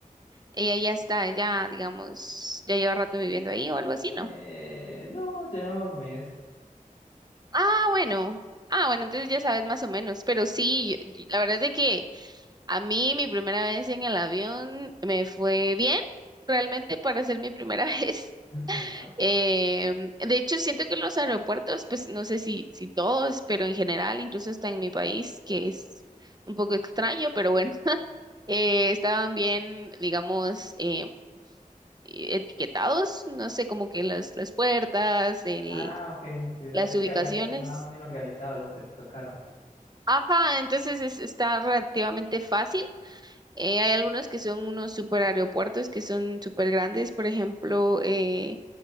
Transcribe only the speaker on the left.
Eh,
no, lleva un mes.
Mm, Ajá.
Ah, ok, sí, sí, dale.
Sí,
acá estaban bien organizados los que te tocaron.